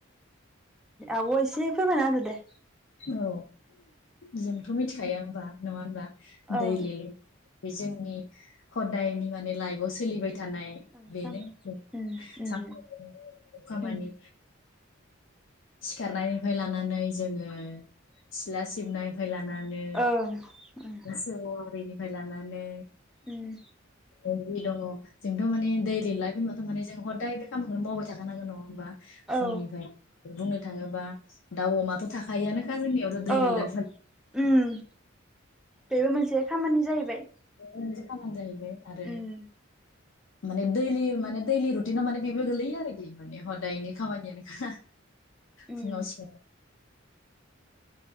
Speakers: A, in the centre; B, on the left.
A: आब'आ एसे फोरमायना होदो दे
B: औ जोंथ' मिथिखाया होनबा नङा होनबा
A: ओं
B: दैलि लाइफ बेजों नि हदायनि माने लाइफ सोलिबाय थानाय
A: ओं
B: बेनो
A: सान उम
B: <unintelligible>
A: उम
B: खामानि
A: उम
B: सिखारनायनिफ्राय लानानै जोङो सिला सिबनायफ्राय नानै
A: ओं उम
B: मोसौ आरिनि निफाय लानानै
A: उम
B: बे दङ जोंथ' माने दैलि लाइफ होनबथ' मानि जों हदाय बे खामानिखौनो मावबाय थाखानांगौ नङा होनबा? फुंनिफ्राय
A: औ
B: बुंनो थाङोबा दाउ अमाथ' थाखायो आनो दा गाजोंनियावथ' दैलि
A: औ
B: लाइफ
A: उम बेबो मोनसे खामानि जाहैबाय
B: बो मोनसे खामानि जायो आरो
A: उम
B: माने दैलि माने दैलि रुटिनाव माने बेबो गोलैयो आरोखि माने हदायनि खामानियानोखा
A: उम
B: फुङाव स